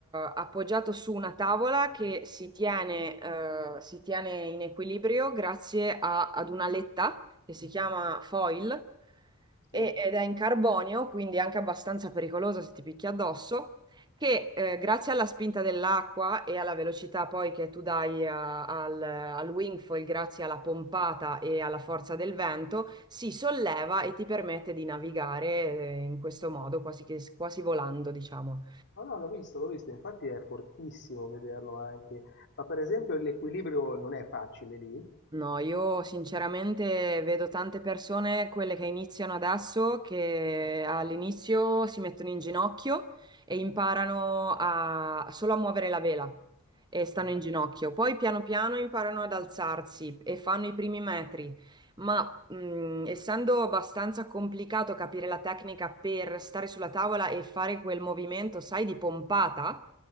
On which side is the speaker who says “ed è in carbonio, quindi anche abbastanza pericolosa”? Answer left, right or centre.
Right